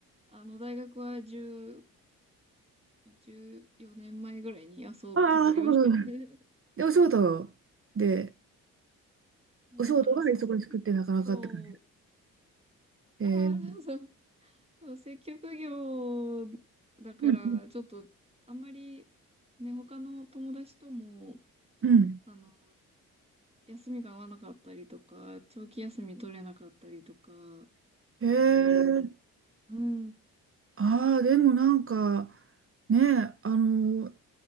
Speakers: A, on the right; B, on the right.
A: あの、大学は10、14年前ぐらいに、あ、そう、
B: ああ、
A: 卒業してる。
B: そうかそうか。で、お仕事で、
A: <laughs> なんか、
B: お仕事が忙しくってなかなかって感
A: 設立業、
B: じ。
A: ああ、
B: えー、
A: そうそう、接客業だから、
B: うん
A: ちょっと、あんまり、ね、他の友達とも、
B: うん。うん。
A: あの、休みが合わなかったりとか、長期休み取れなかったりとか、
B: へえ。
A: する。うん。
B: ああ、でもなんか、ね、あの、